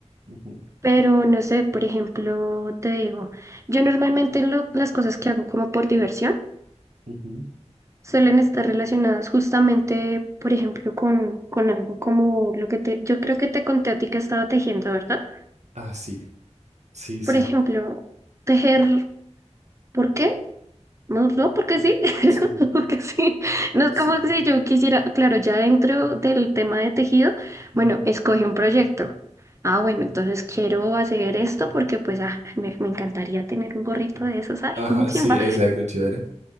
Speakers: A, on the right; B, on the right.
A: ujú,
B: Pero no sé, por ejemplo, te digo, yo normalmente lo- las cosas que hago como por diversión
A: ujú,
B: suelen estar relacionadas justamente, por ejemplo, con, con algo como lo que te, yo creo que te conté a ti que estaba tejiendo, ¿verdad?
A: Ah, sí, sí, sí.
B: Por ejemplo, tejer, ¿por qué? No, no, porque sí, <laughs>
A: Sí,
B: porque sí. No es
A: sí.
B: como si yo quisiera, claro, ya dentro del tema de tejido,
A: ujú,
B: bueno, escoge un proyecto. Ah, bueno, entonces quiero hacer esto porque pues ah, me, me encantaría tener un gorrito
A: Sí.
B: de esos, ay,
A: Ajá,
B: <laughs> un chimba.
A: sí, exacto, chévere.